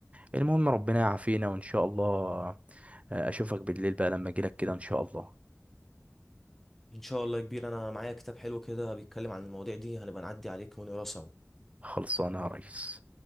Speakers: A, on the right; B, in the centre.
A: المهم ربنا يعافينا وان شاء الله آه، اشوفك بالليل بقى لما اجيلك كده ان شاء الله
B: إن شاء الله يا كبير أنا معايا كتاب حلو كده بيتكلم عن المواضيع دي هنبقى نعدي عليك ونقراه سوا
A: خلصانه يا ريس